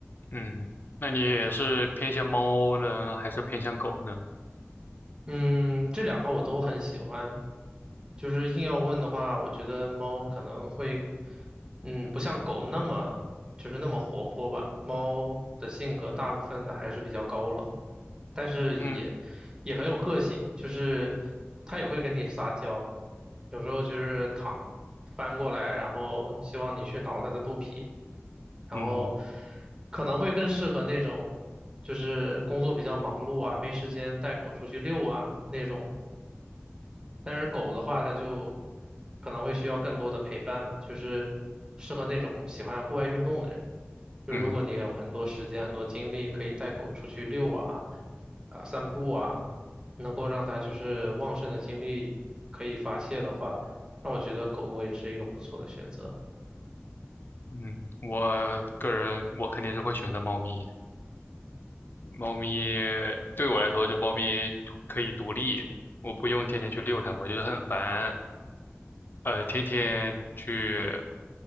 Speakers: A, on the left; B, on the right.
A: 嗯，那你也是偏向猫呢，还是偏向狗呢？
B: 嗯，这两个我都很喜欢。就是硬要问的话，我觉得猫可能会，嗯，不像狗那么就是那么活泼吧。猫的性格大部分的还是比较高冷。但是也也很有个性，
A: 嗯
B: 就是它也会跟你撒娇，有时候就是躺翻过来，然后希望你去挠它的肚皮，然后
A: 嗯
B: 可能会更适合那种就是工作比较忙碌啊，没时间带狗出去遛啊那种。但是狗的话，它就可能会需要更多的陪伴嘛，就是适合那种喜欢户外运动的人。就如果你有很多时间、
A: 嗯
B: 很多精力，可以带狗出去遛啊、啊散步啊，能够让它就是旺盛的精力可以发泄的话，那我觉得狗狗也是一个不错的选择。
A: 嗯，我个人我肯定是会选择猫咪的。猫咪对我来说，就猫咪可以独立，我不用天天去遛它，我就是很烦。呃，天天去，